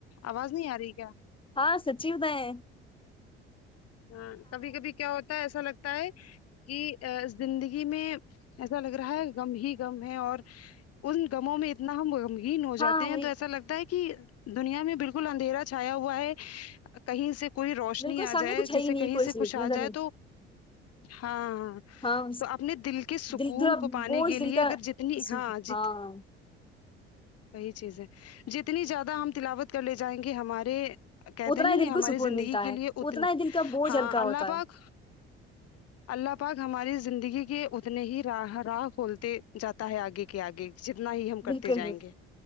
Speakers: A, on the left (about 50°); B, on the left (about 15°).
A: آواز نہیں آ رہی کیا
B: ہاں سچی بتائ
A: ہاں کبھی کبھی کیا ہوتا ہے ایسا لگتا کہ زندگی میں ایسا لگ رہا ہے گم ہی گم ہے اور ان گموں میں اتنا ہم ہی ہو جاتے
B: ہاں
A: ہیں
B: وہی
A: تو ایسا لگتا ہے کہ دنیا میں بالکل اندھیرا چھایا ہوا ہے کہیں سے کوئی روشنی
B: بالکل
A: آ
B: سامنے
A: جائے
B: کچھ ہے
A: جیسے
B: ہی نہیں
A: کہیں
B: کوئی
A: سے
B: چیز
A: کچھ آ
B: نظر
A: جائے
B: نہیں
A: ہاں
B: ہاں
A: تو اپنے دل کے سکون
B: دل تھوڑا
A: کو پانے
B: بوجھ
A: کے لیے
B: دل کا
A: اگر جتنی ہاں جت
B: ہاں
A: وہی چیز ہے جتنی زیادہ ہم تلاوت کر لے جائیں گے ہمارے کہتے
B: اتنا
A: نہیں
B: ہی
A: ہیں
B: دل
A: ہماری
B: کو سکون
A: زندگی
B: ملتا
A: کے
B: ہے
A: لیے اتنے
B: اتنا ہی دل کا بوجھ
A: ہاں
B: ہلکا
A: اللہ
B: ہوتا
A: پاک
B: ہے
A: اللہ پاک ہماری زندگی گی کے اتنے ہی راہ راہ کھولتے جاتا ہے آگے کے آگے جتنا ہی ہم
B: بالکل
A: کرتے جائیں گے